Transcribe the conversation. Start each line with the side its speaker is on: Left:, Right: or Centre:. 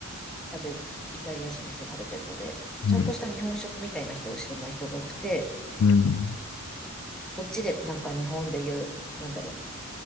Centre: 食べる、イタリア人の人食べてるので、ちゃんとした日本食みたいな人を知らない人が多くて、
Left: うん、うん、
Centre: こっちでなんか日本で言う、なんだろ